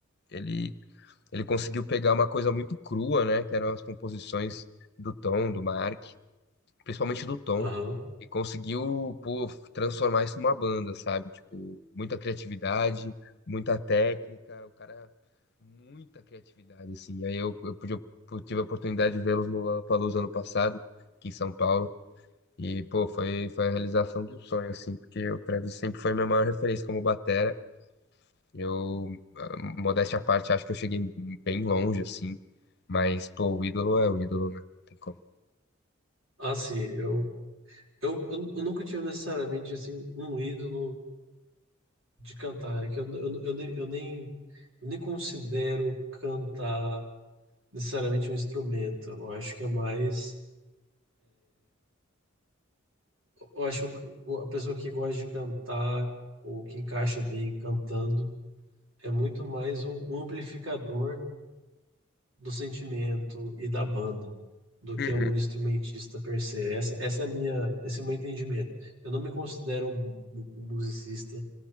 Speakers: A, on the left; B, on the right.
A: Ele, ele conseguiu pegar uma coisa muito crua, né? Que eram as composições do Tom, do Mark principalmente do Tom,
B: Aham.
A: e conseguiu, pô, transformar isso numa banda, sabe? Tipo, muita criatividade, muita técnica, o cara, muita criatividade, assim. Aí eu, eu pude, eu tive a oportunidade de vê-los no Lollapalooza ano passado, aqui em São Paulo, e, pô, foi, foi a realização de um sonho, assim, porque o Travis sempre foi minha maior referência como batera. Eu, ah, modéstia à parte, acho que eu cheguei bem longe, assim, mas, pô, o ídolo é o ídolo, né? Não Tem como.
B: Ah, sim, eu, eu, eu eu nunca tinha necessariamente assim um ídolo de cantar. É que eu, eu, eu nem, eu nem, eu nem considero cantar necessariamente um instrumento. Eu acho que é mais. Eu acho que a pessoa que gosta de cantar ou que encaixa bem cantando é muito mais um, um amplificador do sentimento e da banda do que
A: Uhum,
B: um instrumentista per se. Essa, essa é a minha, esse é o meu entendimento. Eu não me considero um, um um musicista